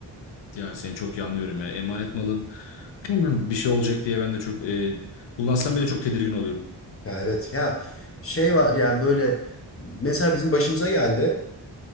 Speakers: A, on the left; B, on the left.
A: Ya seni çok iyi anlıyorum ya. Emanet malın <clears throat> bir şey olacak diye ben de çok e, kullansam bile çok tedirgin oluyorum.
B: Ya evet ya şey var yani böyle mesela bizim başımıza geldi.